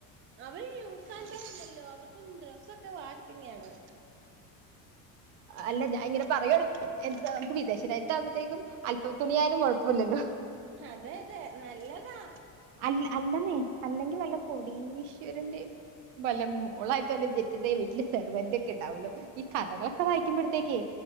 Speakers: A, on the right; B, on the right.
A: അവര് യുസ് ആൻഡ് ത്രോ അല്ലാലോ അവർക്കും ഡ്രെസ്സൊക്കെ വാഷിങ്ങാണ്
B: അല്ല ഞാൻ ഇങ്ങനെ പറയണ് എന്താ നമുക്ക് വിദേശരാജ്യത്താവുമ്പോതെക്കും അല്പം തുണിയായാലും കുഴപ്പോല്ലല്ലോ
A: അതെ അതെ നല്ലതാ
B: അല്ല അല്ലെന്നേ അല്ലെങ്കിൽ വല്ല കൊടീശ്വരന്റെയും വല്ല മോളായിട്ട് വല്ല ജനിച്ചിണ്ടെൽ വീട്ടിൽ സെർവൻറെ ഒക്കെ ഉണ്ടാവുല്ലോ ഈ കഥകളൊ ക്കെ വായിക്ക്പഴത്തേക്ക്